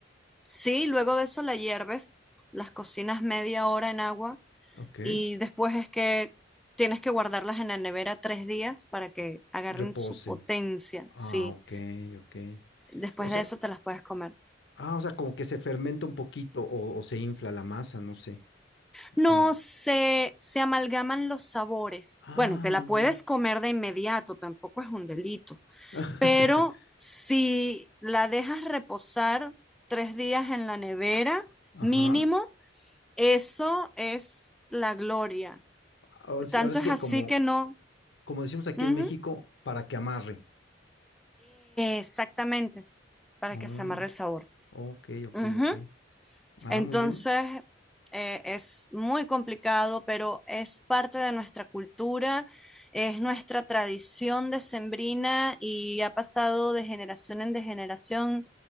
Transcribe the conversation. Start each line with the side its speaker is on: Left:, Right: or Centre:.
Centre: Sí, luego de eso la hierves, las cocinas media hora en agua
Left: Ok,
Centre: y después es que tienes que guardarlas en la nevera tres días para que agarren
Left: reposen.
Centre: su potencia.
Left: Ah,
Centre: Sí,
Left: ok, ok.
Centre: después
Left: O sea,
Centre: de eso te las puedes comer.
Left: ah, o sea, como que se fermenta un poquito o, o se infla la masa, no sé.
Centre: No
Left: Como,
Centre: se, se amalgaman los sabores.
Left: ah,
Centre: Bueno, te
Left: muy
Centre: la puedes
Left: bien.
Centre: comer de inmediato, tampoco es un delito.
Left: <laughs>
Centre: pero si la dejas reposar tres días en la nevera,
Left: Ajá.
Centre: mínimo, eso es la gloria.
Left: Ahora sí,
Centre: Tanto
Left: ahora sí
Centre: es
Left: que
Centre: así
Left: como,
Centre: que no.
Left: como decimos aquí
Centre: Ujú.
Left: en México, para que amarre.
Centre: Exactamente, para
Left: Mm,
Centre: que se amarre el sabor.
Left: ok, ok,
Centre: Ujú.
Left: ok. Ah,
Centre: Entonces,
Left: muy bien.
Centre: eh, es muy complicado, pero es parte de nuestra cultura, es nuestra tradición decembrina y ha pasado de generación en de generación